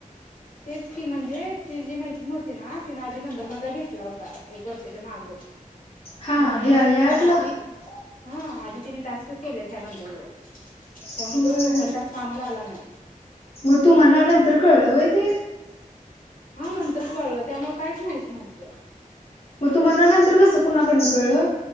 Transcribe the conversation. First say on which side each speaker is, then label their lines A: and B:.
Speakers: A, on the left (about 75°); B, on the left (about 45°).
A: तेच की म्हणजे ती जी मैत्रीण होती ना. ना तिने आधी नंबर माझा घेतला होता एक वर्षाच्या माग.
B: हा
A: मग ह्यावर
B: हे ह्या
A: तिने
B: ऍपला
A: आधी. हा आधी तिने टास्क केले ह्या नंबरवर त्यामुळे
B: होय
A: तो. तो टास्क आम्हाला आला नाही.
B: मग तूम्हाना नंतर कळलंय व्हय ते.
A: हा नंतर कळलं त्यामुळे काहीच माहित नव्हतं.
B: मग तुम्हाला नंतर कसं कुणाकडनं कळलं?